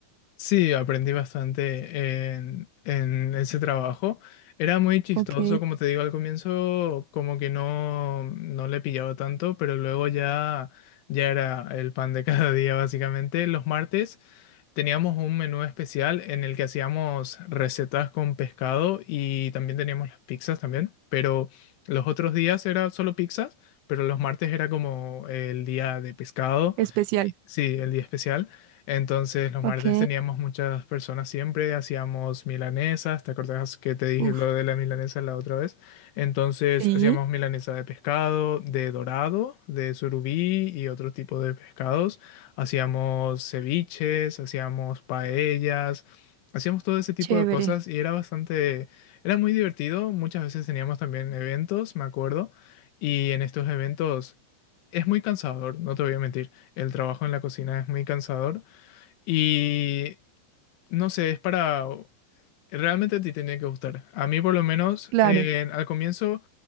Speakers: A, on the left (about 80°); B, on the right (about 80°).
A: Sí, aprendí bastante en, en ese trabajo. Era muy chistoso,
B: Ok,
A: como te digo, al comienzo como que no, no le pillaba tanto, pero luego ya, ya era el pan de cada día, básicamente. Los martes Teníamos un menú especial en el que hacíamos recetas con pescado y también teníamos las pizzas también, pero los otros días era solo pizzas, pero los martes era como el día de pescado,
B: especial.
A: y- sí, el día especial. Entonces los
B: Ok,
A: martes teníamos muchas personas siempre, hacíamos milanesas, ¿te acordás que te dije
B: uff,
A: lo de la milanesa la otra vez? Entonces
B: sí,
A: hacíamos milanesa de pescado, de dorado, de surubí y otro tipo de pescados. Hacíamos ceviches, hacíamos paellas, hacíamos todo ese tipo
B: chévere,
A: de cosas y era bastante, era muy divertido. Muchas veces teníamos también eventos, me acuerdo, y en estos eventos es muy cansador, no te voy a mentir. El trabajo en la cocina es muy cansador y no sé, es para... Realmente a ti tenía que gustar. A mí por lo menos
B: claro.
A: eh, al comienzo...